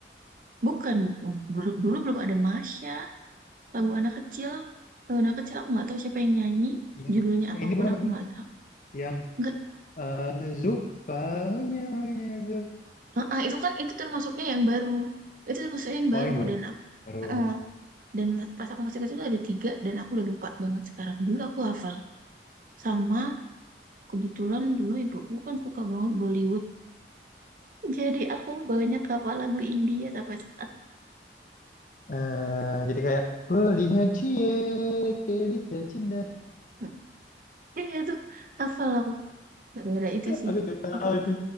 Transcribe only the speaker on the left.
Ya,
ini bukan
lagunya.
Yang
eh, Zup, baunya hanya Zup.
Oh,
yang
baru.
Eh, jadi kayak beli cie kiri cina.
Aku juga tahu
itu.